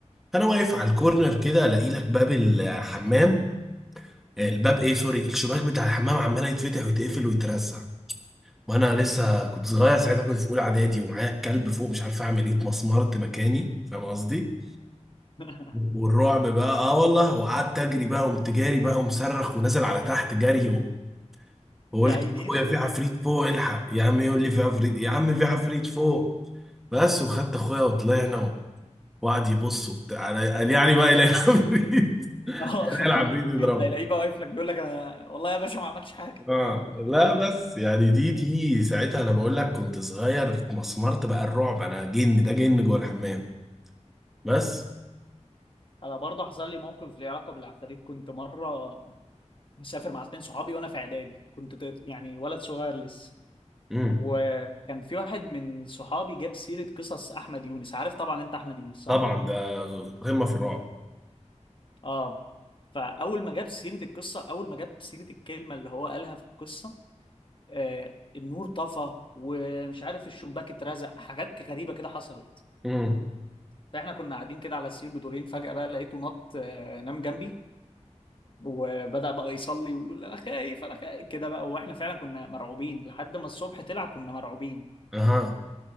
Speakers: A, in the centre; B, on the left (about 45°).
A: فانا واقف على الكورنر كده الاقي لك باب الحمام الباب ايه سوري الشباك بتاع الحمام عمال يتفتح ويتقفل ويترزع وانا لسه كنت صغير ساعتها كنت في اولى اعدادي ومعايا الكلب فوق مش عارف اعمل ايه اتمسمرت مكاني فاهم قصدي
B: <laughs>
A: والرعب بقى اه والله وقعدت اجري بقى قمت جاري بقى ومصرخ ونازل على تحت جري و- وقلت
B: يا عيني
A: اخويا في عفريت فوق الحق يا عم يقول لي في عفريت يا عم في عفريت فوق بس وخدت اخويا وطلعنا وقعد يبص وبتاع قال يعني بقى الى عفريت
B: اه
A: العفريت يضربه
B: هيلاقيه بقى واقف لك بيقول لك انا والله يا باشا ما عملتش حاجه
A: اه لا بس يعني دي دي ساعتها انا بقول لك كنت صغير اتمسمرت بقى الرعب انا جن ده جن جوه الحمام بس
B: انا برضه حصل لي موقف ليه علاقه بالعفاريت كنت مره مسافر مع اتنين صحابي وانا في اعدادي كنت طفل- يعني ولد صغير لسه
A: امم
B: وكان في واحد من صحابي جاب سيرة قصص أحمد يونس عارف طبعا أنت أحمد يونس صح؟
A: طبعا ده قمه في الرعب
B: آه فأول ما جاب سيرة القصة أول ما جاب سيرة الكلمة اللي هو قالها في القصة آه النور طفى ومش عارف الشباك اترزق حاجات غريبة كده حصلت
A: امم
B: فإحنا كنا قاعدين كده على السرير بدورين فجأة بقى لقيته نط آه نام جنبي وبدأ بقى يصلي ويقول أنا خايف أنا خايف كده بقى وإحنا فعلا كنا مرعوبين لحد ما الصبح طلع كنا مرعوبين
A: اها